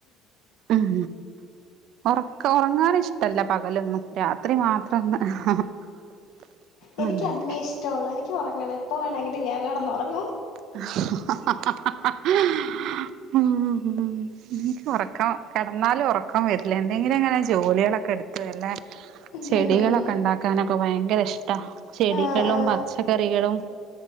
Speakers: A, on the right; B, on the left.
A: ഉം ഒറക്കോം ഒറങ്ങാൻ ഇഷ്ടല്ല പകലൊന്നും രാത്രി മാത്രം <unintelligible>
B: എനിക്ക്
A: അങ്ങനെ
B: അതിനേ ഇഷ്ടോള്ള് എനിക്ക് ഒറങ്ങണം എപ്പ വേണങ്കിലും ഞാൻ കെടന്ന് ഒറങ്ങും
A: <unintelligible> ഉം ഒറക്കം കെടന്നാലും ഒറക്കം വെരില്ല എന്തെങ്കിലും ഇങ്ങനെ ജോലികളക്കെ എടുത്ത് <unintelligible>
B: ഉം
A: ചെടികളൊക്കെ ണ്ടാക്കാനൊക്ക ഭയങ്കര ഇഷ്ട ചെടികളും
B: ആഹ് ആഹ്
A: പച്ചക്കറികളും